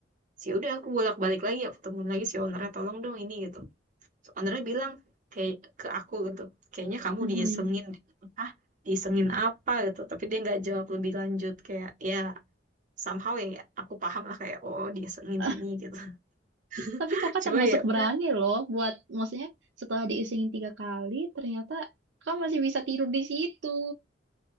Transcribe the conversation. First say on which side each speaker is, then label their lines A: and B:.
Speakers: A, on the right; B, on the right.
A: sih udah aku bolak balik lagi aku temuin lagi si ownernya tolong dong ini gitu so, ownernya bilang kayak ke aku gitu kayaknya kamu
B: Mm.
A: diisengin deh." ah diisengin apa gitu tapi dia nggak jawab lebih lanjut kayak ya somehow ya, ya aku paham lah kayak oh dia sering
B: <laughs>
A: ini gitu
B: Tapi
A: <laughs>
B: kakak
A: cuma
B: termasuk
A: ya
B: berani
A: udah
B: loh buat, maksudnya setelah diisengin tiga kali, ternyata kakak masih bisa tidur di situ.